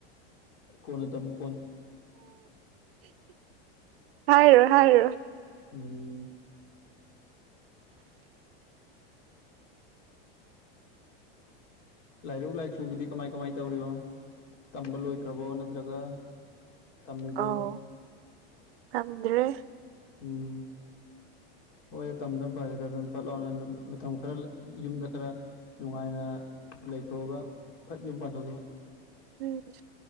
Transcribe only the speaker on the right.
ꯍꯥꯏꯔꯣ ꯍꯥꯏꯔꯣ
ꯑꯥꯎ ꯇꯝꯗ꯭ꯔꯦ
ꯎꯝ